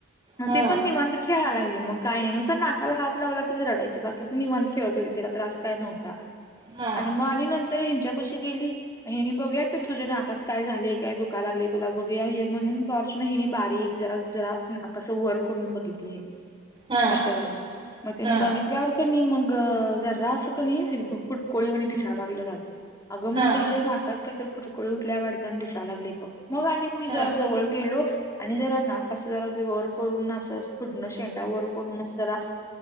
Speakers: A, on the right (about 25°); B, on the left (about 15°).
A: हा
B: ते पण निवांत खेळा लागली मग काय नाई नुसता नाकाला हात लावला कीचं रडायची बाकीची निवांत खेळत होती तिला त्रास काय नव्हता.
A: हा
B: आणि मग आणि नंतर हेच्यापशी गेली हेनी बघ्या पिलू तुझ्या नाकात काय झालेय काय दुखायला लागलय तुला बघूया हे म्हणून टॉर्चन हिनी बारीक जरा जरा नाक अस वर करून बघितलं ह्यांनी
A: हा
B: मिस्टरांनी मग त्यानी
A: हा
B: बघितल्यावर कनी मग अ जरासं कनी हे बघ फुटकोळी वानी दिसायला लागलं जरा अगं म्हटलं
A: हा हा
B: हिच्या नाकात काहीत फुरकुळी उठल्या वाटत आणि दिसाया लागलय बघ मग आणि मी
A: हा
B: जरा जवळ गेलो आणि जरा नाक असं जरा वर करून असं असं फुडणं शेंडा वर करून अस जरा